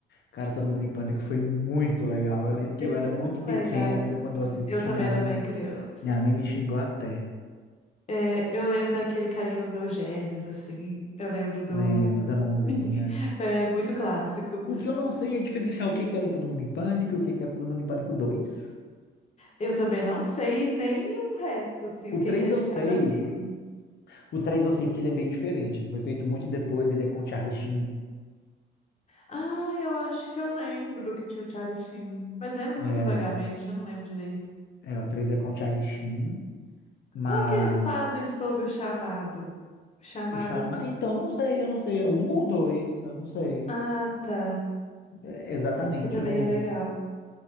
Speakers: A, on the left (about 60°); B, on the left (about 35°).
A: Cara, Todo Mundo em Pânico foi muito legal. Eu lembro que
B: Teve
A: eu era muito
B: uns
A: pequeno
B: legais, assim.
A: quando eu assisti
B: Eu também
A: minha
B: era
A: mãe.
B: bem criança.
A: Minha mãe me xingou até.
B: É, eu lembro daquele carinha do meu germes, assim. Eu lembro do.
A: Lembro da mãozinha.
B: <laughs> É muito clássico.
A: O que eu não sei é diferenciar o que que era o Todo Mundo em Pânico e o que que era o Todo Mundo em Pânico dois.
B: Eu também não sei nem o resto, assim,
A: O
B: o
A: 3
B: que que é
A: eu
B: de
A: sei.
B: cada filme.
A: O 3 eu sei porque ele é bem diferente. Ele foi feito muito depois, ele é com o Charlie Sheen.
B: Ah, eu acho que eu lembro que tinha o Charlie Sheen. Mas lembro
A: É,
B: muito vagamente, eu não lembro direito.
A: é, o 3 é com o Charlie Sheen, mas
B: Qual que eles fazem sobre o chamado? Chamadas.
A: o Chama... Então, não sei, eu não sei. É um ou dois, eu não sei.
B: Ah, tá.
A: É, exatamente,
B: Que também
A: eu não...
B: é legal.